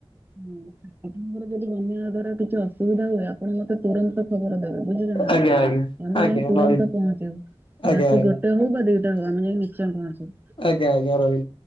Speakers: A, on the right; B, on the left.
A: ହୁଁ ଆପଣଙ୍କର ଯଦି ବନେଇବା ଦ୍ଵାରା କିଛି ଅସୁବିଧା ହୁଏ, ଆପଣ ମତେ ତୁରନ୍ତ ଖବର ଦେବେ। ବୁଝିିଲେ ନାଁ
B: ଆଜ୍ଞା
A: ନାହିଁ।
B: ଆଜ୍ଞା।
A: ଆମେ
B: ଆଜ୍ଞା
A: ଯାଇ ତୁରନ୍ତ
B: ରହିଲି
A: ପହଞ୍ଚିବୁ, ଆଉ
B: ଆଜ୍ଞା
A: ରାତି
B: ଆଜ୍ଞା
A: ଗୋଟେ ହଉ ବା ଦିଟା ହଉ ଆମେ ଯାଇ ନିଶ୍ଚୟ ପହଞ୍ଚିବୁ।
B: ଆଜ୍ଞା ଆଜ୍ଞା ରହି